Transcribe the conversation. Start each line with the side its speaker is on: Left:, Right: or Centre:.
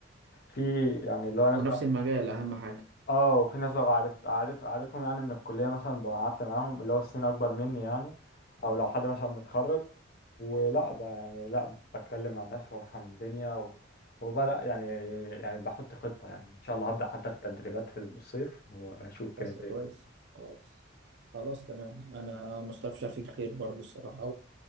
Left: في يعني اللي هو ناس
Right: ونفس
Left: بقى
Right: المجال أهم حاجة
Left: اه وفي ناس بقى عارف عارف عارفهم يعني من الكليه مثلا بقى قعدت معاهم اللي هو سنين اكبر مني يعني او لو حد مثلا متخرج ولا بقى يعني لا بتكلم مع الناس وافهم الدنيا و... وبدأ يعني يعني بحط خطة يعني إن شاء الله هبدأ حتى التدريبات في الصيف وأشوف كده
Right: بس
Left: الدنيا
Right: كويس كويس خلاص تمام انا مستبشر فيك خير برضه الصراحه